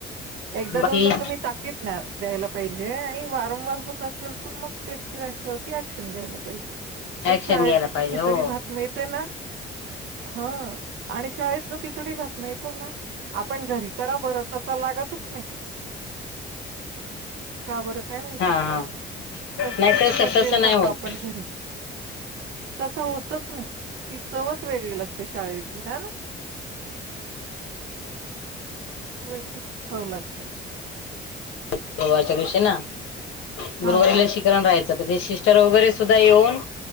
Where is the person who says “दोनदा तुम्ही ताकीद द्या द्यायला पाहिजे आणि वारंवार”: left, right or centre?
Right